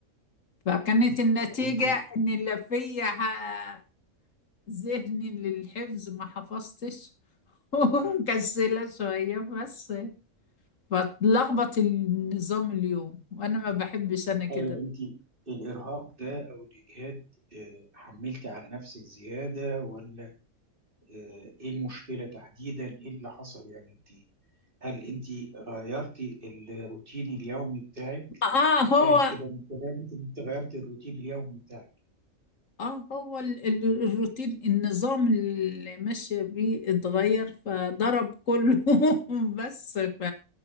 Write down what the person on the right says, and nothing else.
طب انت
ايوه انت الارهاق ده او الاجهاد آه، حملت على نفسك زياده ولا آه، ايه المشكله تحديدا ايه اللي حصل يعني انت هل انت غيرتي الروتين اليومي بتاعك
فاهم كده من كلامك انت غيرت الروتين اليومي بتاعك